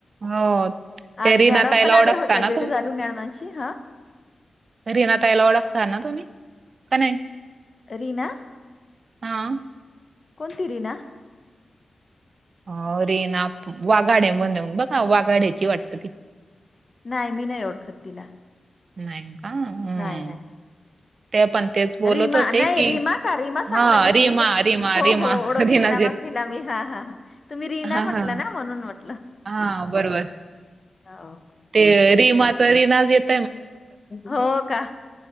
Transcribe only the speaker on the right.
हो ते
रीनाताईला
ओळखता
ना
रीना ताईला ओळखत ना तुम्ही,,, का नाही?
हा
अ रे ना वाघाड्या बनवन बघा वाघाड्याची वाटत ती.
नाही का हम्म
ते पण तेच बोलत
होते
की
हा
रीमा
रीमा
रीमा
रीनाच
येत
हा
हा
हा,, बरोबर,,
ते रीमाचा रीना येतऽऽ